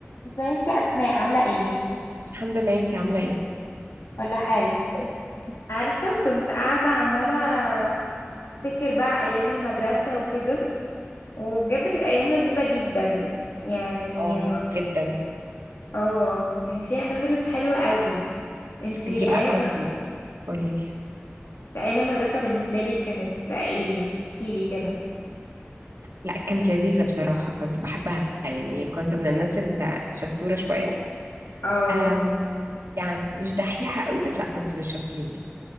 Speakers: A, on the left; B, on the right.
A: ازيك يا اسماء عامله ايه
B: الحمد لله انتي عاملة ايه
A: كله حال عارفه كنت قاعده عماله افتكر بقى ايام المدرسه وكده وبجد كانت ايام لذيذه جدا يعني
B: اه جدا
A: اه كانت فيها ميموريز حلوه قوي انتي
B: انتي بقى
A: ايام
B: كنتي قوليلي
A: ايام المدرسه بالنسبه لك كانت ايه احكي لي كده
B: لا كانت لذيذة بصراحة كنت بحبها يعني كنت من الناس ال- الشطورة شوية
A: اه
B: أم يعني مش دحيحة قوي بس لا كنت من الشاطرين يعني